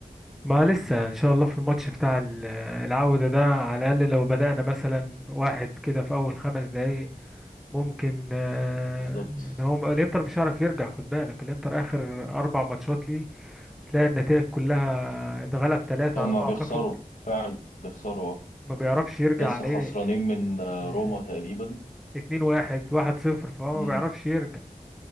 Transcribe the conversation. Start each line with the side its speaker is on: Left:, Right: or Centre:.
Centre: ما لسه ان شاء الله في الماتش بتاع ال- العودة ده على الاقل لو بدأنا مثلا واحد كده في اول خمس دقايق ممكن آه،
Left: بالظبط
Centre: يعني هو الانتر مش هيعرف يرجع خد بالك الانتر اخر اربع ماتشات ليه هتلاقي النتائج كلها اتغلب تلاتة
Left: هم
Centre: على ما
Left: بيخسروا
Centre: اعتقد
Left: فعلا بيخسروا
Centre: ما بيعرفش يرجع
Left: لسه
Centre: على
Left: خسرانين
Centre: ايه
Left: من آه،
Centre: آه،
Left: روما تقريبا
Centre: اتنين واحد واحد صفر فهو
Left: امم
Centre: ما بيعرفش يرجع